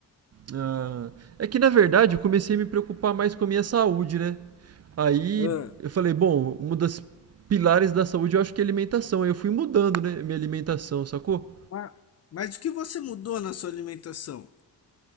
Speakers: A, on the right; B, on the left.
A: Ah, é que na verdade eu comecei a me preocupar mais com a minha saúde, né? Aí
B: ah.
A: eu falei, bom, um dos pilares da saúde eu acho que é alimentação. Aí eu fui mudando, né, minha alimentação, sacou?
B: Ma- Mas, o que você mudou na sua alimentação?